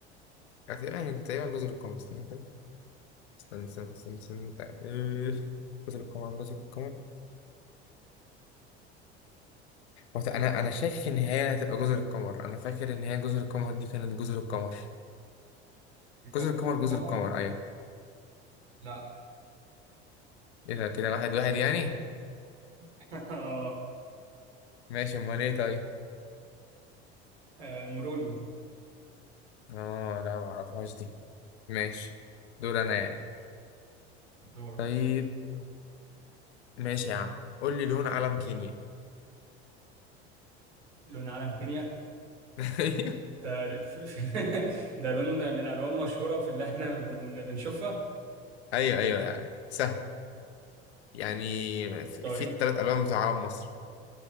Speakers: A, on the left; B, on the right.
A: تقريبا يعني تقريبا جزر القمر استنى كده استنى استنى استنى استنى <laughs> إيه، جزر القمر جزر القمر هو انا انا شايف ان هي هتبقى جزر القمر انا فاكر ان هي جزر القمر دي كانت جزر القمر
B: يبقى
A: جزر
B: جزر
A: القمر
B: القمر
A: جزر القمر ايوه
B: لا
A: ايه ده كده واحد واحد يعني
B: <laughs> اه
A: ماشي امال ايه طيب
B: آه، مروني
A: اه لا ما اعرفهاش دي ماشي دور انا يعني
B: دورة
A: طيب ماشي يا عم قول لي لون علم كينيا
B: لون علم كينيا
A: <laughs> ايوه
B: ده <laughs> ده لون من الوان مشهوره في اللي احنا بن- بنشوفها
A: ايوه أيوة، يعني سهل يعني في
B: طيب
A: في التلات ألوان بتوع علم مصر